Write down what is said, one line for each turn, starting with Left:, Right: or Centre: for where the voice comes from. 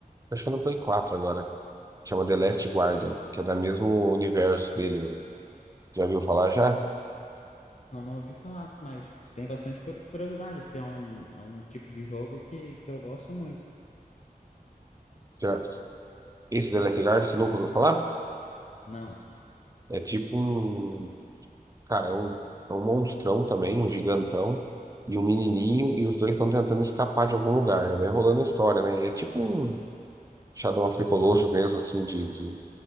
Right: Acho que é no Play 4 agora. Chama The Last Guardian, que é do mesmo universo dele. né? Já viu falar já?
Left: Eu não ouvi falar, mas tem bastante cur- curiosidade, porque é um, é um tipo de jogo que, que eu gosto muito.
Right: Já- Esse The Last Guardian, você nunca ouviu falar?
Left: Não,
Right: É tipo um. Cara, é um, é um monstrão também, um gigantão, e um menininho, e os dois estão tentando escapar de algum lugar. né? Vai rolando a história, né? E é tipo um Shadow of the Colossus mesmo, assim, de. de-